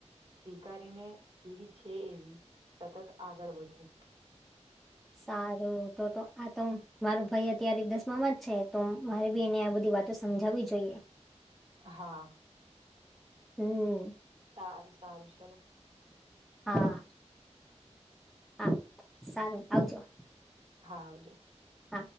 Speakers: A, on the right (about 50°); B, in the centre.
A: સ્વીકારીને, જેવી છે એવી, સતત આગળ વધવું.
B: સારું, તો તો આ તો મારો ભાઈ અત્યારે દસમામાં જ છે. તો મારી ભી એને આ બધી વાતો સમજાવવી જોઈએ.
A: હા,
B: હમ
A: સારું સારું. ચાલો.
B: હા, હા, સારું. આવજો.
A: હા, આવજો.
B: હા